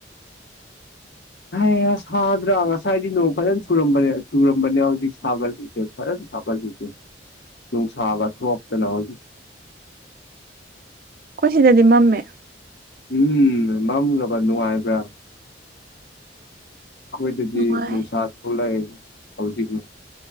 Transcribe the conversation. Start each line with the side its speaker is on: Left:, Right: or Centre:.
Left: ꯍꯩꯌꯥ ꯁꯥꯎꯗ꯭ꯔꯥ ꯉꯁꯥꯏꯗꯤ ꯅꯣꯡ ꯐꯖꯟ ꯆꯨꯔꯝꯕꯅꯦ ꯆꯨꯔꯝꯕꯅꯦ ꯍꯧꯖꯤꯛ ꯁꯥꯒꯠꯂꯤꯁꯦ ꯐꯖꯟ ꯁꯥꯒꯜꯂꯤꯁꯦ ꯅꯨꯡꯁꯥꯒꯥ ꯊꯣꯛꯇꯅ ꯍꯧꯖꯤꯛ
Right: ꯈꯣꯏꯁꯤꯗꯗꯤ ꯃꯝꯃꯦ
Left: ꯎꯝ ꯃꯝꯂꯕꯥ ꯅꯨꯡꯉꯥꯏꯕ꯭ꯔꯥ ꯑꯩꯈꯣꯏꯗꯗꯤ
Right: ꯅꯨꯡꯉꯥꯏ
Left: ꯅꯨꯡꯁꯥ ꯊꯣꯛꯂꯛꯑꯦ ꯍꯧꯖꯤꯛ